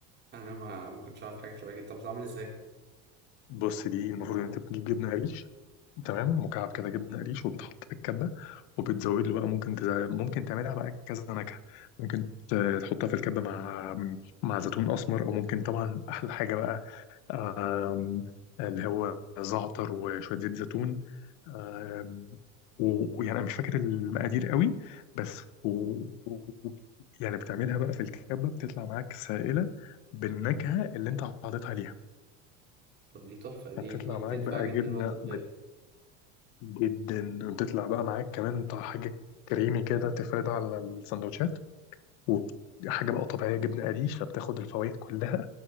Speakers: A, on the right; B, on the left.
A: ما ما كنتش عارف حاجه شبه كده طب بتتعمل ازاي
B: بص دي المفروض ان انت بتجيب جبنه قريش تمام مكعب كده جبنه قريش وبيتحط في الكبه وبتزود له بقى ممكن تز... ممكن تعملها بقى كذا نكهه ممكن ت- تحطها في الكبه مع مع زيتون اسمر او ممكن طبعا احلى حاجه بقى آم، اللي هو زعتر وشويه زيت زيتون آم، و- ويعني انا مش فاكر المقادير قوي بس و... و... يعني بتعملها بقى في الكبه بتطلع معاك سائله بالنكهه اللي انت حاططها ليها
A: طب دي تحفه دي
B: هتطلع
A: دي
B: معاك
A: تنفع
B: بقى
A: جدا
B: جبنة
A: وقت الدايت
B: بت- جدا وتطلع بقى معاك كمان بتاع حاجة كريمي كده تفردها على السندوتشات وحاجة بقى طبيعية جبنة قريش فبتاخد الفوائد كلها